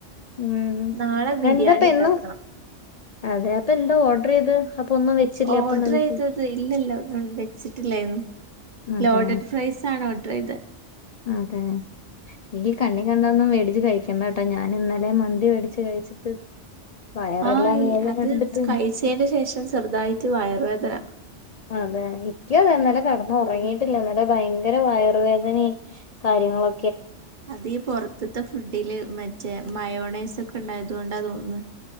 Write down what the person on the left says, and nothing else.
ഉം
എന്താപ്പ
എന്നും അതെ അപ്പൊ എന്താ ഓർഡർ ചെയ്ത് അപ്പൊ ഒന്നും വെച്ചില്ലേ
അപ്പൊ നിങ്ങക്ക്
അതെ
അതെ ഈ കണ്ണീ കണ്ടതൊന്നും മേടിച്ച് കഴിക്കണ്ടാട്ടോ ഞാൻ ഇന്നലെ മന്തി മേടിച്ച് കഴിച്ചിട്ട് വയറെല്ലാം
വേദന
എടുത്തിട്ട്
അതെ ഇക്ക അതെ ഇന്നലെ കെടന്നൊറങ്ങി ല്ല ഇവിടെ ഭയങ്കര വയറുവേദനേം കാര്യങ്ങളൊ